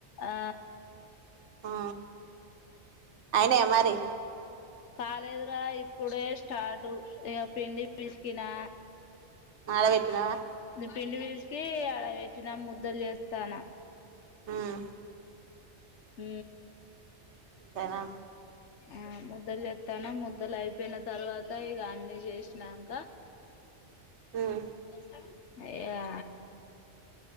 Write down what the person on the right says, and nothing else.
ఆ అయిన మరి
మాల పెట్టినవా వా
ఉమ్
తేనా
ఉమ్